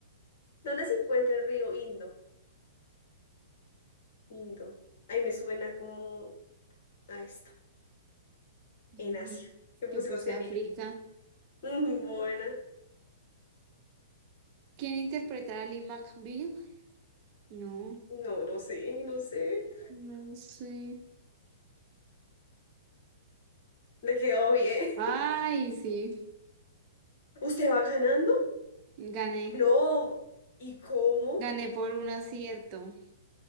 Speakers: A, on the left; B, on the right.
A: ¿Dónde se encuentra el río Indo? Indo. Ahí me suena como a esta,
B: Ay,
A: en Asia, que puse
B: yo puse
A: Oceanía.
B: África.
A: <laughs> Mm, Buena.
B: ¿Quién interpretará a Lee McBeal? No,
A: No, no sé, no sé.
B: no sé.
A: Le quedó bien.
B: Ay, sí,
A: <laughs> ¿Usted va ganando?
B: gané.
A: No. ¿Y cómo?
B: Gané por un acierto.